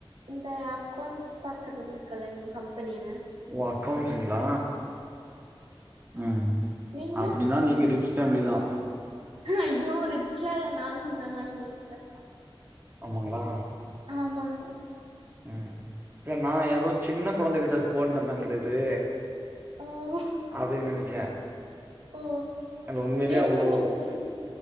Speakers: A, on the right; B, on the right.
A: இந்த அக்கௌண்ட்ஸ் பாக்கறது இருக்குல்ல எங்க கம்பெனியில
B: ஓ அக்கவுன்ஸங்களா ம்
A: நீங்க
B: அப்படின்னா நீங்க ரிச்ச ஃபேமிலி தான்
A: ஐயோ ரிச்லா இல்ல நானும்ங்க மாரி கஷ்டம்
B: ஆமாங்களா
A: ஆமாங்க
B: உம் இல்ல நான் ஏதோ சின்ன குழந்தைகிட்ட போன் தட்டாங்களது
A: ஓ
B: அப்டின்னு நெனச்ச
A: ஓ
B: அந்த உண்மையிலயே
A: எப்ப
B: அவ்ளோ
A: நெனச்சீங்க